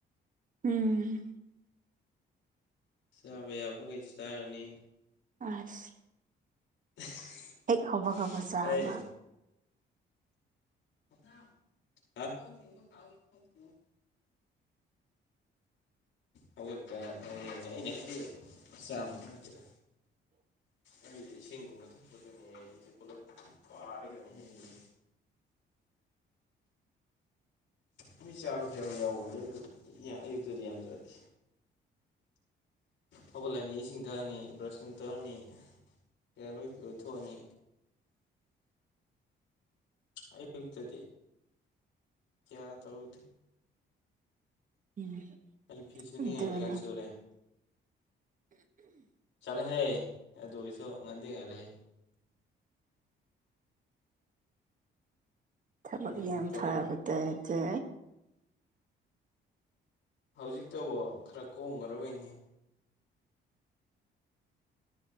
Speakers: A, on the right (about 40°); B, on the left (about 70°).
A: ꯎꯝ
B: ꯆꯥꯕ ꯌꯥꯕꯒꯩ ꯆꯥꯔꯅꯤ
A: ꯑꯁ
B: <unintelligible>
A: ꯍꯦꯛ ꯍꯧꯕꯒꯕ ꯃꯆꯥ
B: ꯑꯩ
A: ꯑꯃ
B: ꯅꯥꯎ ꯍꯥꯎ ꯊꯣꯡꯊꯤꯡꯕ ꯀꯥꯎꯅꯤꯀꯣ ꯕꯨꯡꯉꯣ ꯍꯧꯒꯠꯄ ꯍꯥꯏꯅꯦ ꯑꯩꯅ ꯍꯥꯏꯗꯤ ꯆꯥꯕ ꯉꯥꯛꯇꯗ
A: <inaudible>
B: ꯑꯩꯁꯦ ꯏꯁꯤꯡ ꯒꯨꯝꯅ ꯊꯛꯄꯗꯅꯦ ꯑꯩꯁꯦ ꯄꯨꯂꯞ ꯄꯥꯔꯒꯅꯦ ꯑꯩꯁꯦ
A: <inaudible>
B: ꯃꯣꯏ ꯆꯥꯕꯁꯦ ꯌꯥꯎꯕꯅꯦ ꯌꯥꯎꯕꯗꯤ ꯑꯌꯨꯛꯇꯗꯤ ꯌꯥꯝ ꯆꯥꯗꯦ ꯍꯧꯒꯠꯂꯅꯤ ꯏꯁꯤꯡꯊꯛꯑꯅꯤ ꯕ꯭ꯔꯁꯅꯨꯡ ꯇꯧꯔꯅꯤ ꯀꯩꯀꯥ ꯂꯣꯢ ꯂꯣꯏꯊꯣꯛꯑꯅꯤ ꯑꯩꯌꯨꯛꯇꯗꯤ ꯀꯌꯥ ꯇꯧꯗꯦ
A: ꯎꯝ
B: ꯑꯩ ꯐꯤꯁꯨꯅꯤꯡꯉꯥꯢ
A: ꯑꯗꯨꯅꯤ
B: ꯂꯩꯀꯥꯟꯁꯨꯨꯔꯦ ꯆꯠꯂꯣꯍꯦ ꯑꯗꯨꯑꯣꯢꯁꯨ ꯉꯟꯗꯤ ꯉꯜꯂꯦꯍꯦ
A: ꯊꯕꯛ
B: ꯅꯪ
A: ꯌꯥꯝ
B: ꯇꯔꯦꯠ
A: ꯐꯕ ꯇꯥꯢꯞꯇ
B: ꯍꯧꯖꯤꯛꯇꯕꯨ ꯈꯔ ꯀꯣꯝꯒ꯭ꯔꯕꯣꯢ ꯅꯤꯡꯏ